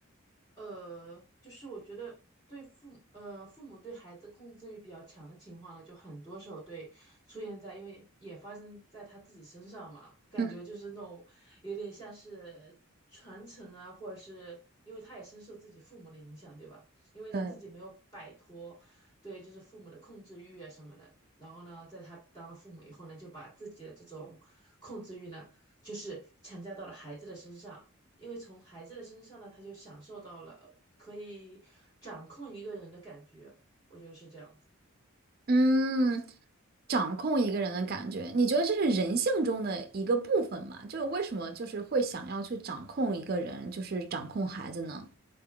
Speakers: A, on the left (about 20°); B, on the right (about 45°).
A: 呃，就是我觉得对父母呃父母对孩子控制欲比较强的情况呢，就很多时候对出现在，因为也发生在他自己身上嘛，感觉就是那种有点像是传承啊，
B: 嗯
A: 或者是因为他也深受自己父母的影响，对吧？因为他自己没有摆脱对就是父母的控制欲啊什么的，
B: 对，
A: 然后呢，在他当了父母以后呢，就把自己的这种控制欲呢，就是强加到了孩子的身上。因为从孩子的身上呢，他就享受到了可以掌控一个人的感觉，我觉得是这样子。
B: 嗯，掌控一个人的感觉，你觉得这是人性中的一个部分吗？就是为什么就是会想要去掌控一个人，就是掌控孩子呢？